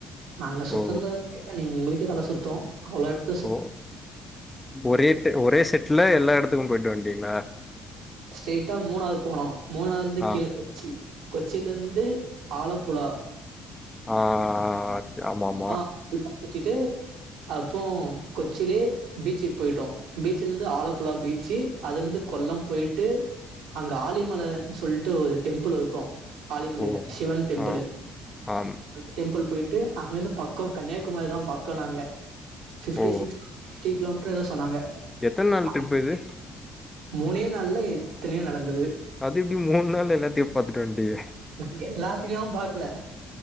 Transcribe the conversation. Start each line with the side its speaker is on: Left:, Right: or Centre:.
Right: நாங்க சுத்துன்த
Left: ஓ
Right: டா நீ உங்களுக்கே தல்ல சுத்து அவ்ளோ எடத்
Left: ஓ ஒரேட்டு ஒரே செட்ல எல்லா ஊடத்துக்கு போய்ட்டு வந்டீங்ளா
Right: ஸ்டைட்டா மூணாது போனோ மூணாதுலந்து
Left: ஆ
Right: கீழ கொச்சி கொச்சிலந்து ஆலப்புழா
Left: ஆஹ்ச் ஆமா ஆமா
Right: ஆ ஃபுல்லா சுத்திட்டு அப்போ கொச்சிலே பீச்சுக் போய்ட்டோ பீச்சுலந்து ஆலப்புழா பீச்சு அதுலந்து கொல்லம் போயிட் டு அங்க ஆலிமலன் சொல்ட்டு ஒரு டெம்புள் இருக்கு ஆலிமலையில
Left: ஓ
Right: சிவன் டெம்புளு
Left: ஆ ஆம்.
Right: டெம்புள் போயிட்டு அங்கந்து பக்கோ கன்னியாகுமாரிதா பக்கோ நாங்க ஃபிப்டி
Left: ஓ!
Right: சிக்ஸ் டி கிலோமீட்ரோ ஏதோ சொன்னாங்க
Left: எத்தன் நாள்
Right: அங்க
Left: ட்ரிப் இது
Right: போய் மூணே நாள்ல எத்தனையோ நடந்தது
Left: அது எப்டி மூண் நாள்ல எல்லாத்தையு பாத்துட்டு வன்டீக
Right: நாங் எல்லாத்தியு பாக்கல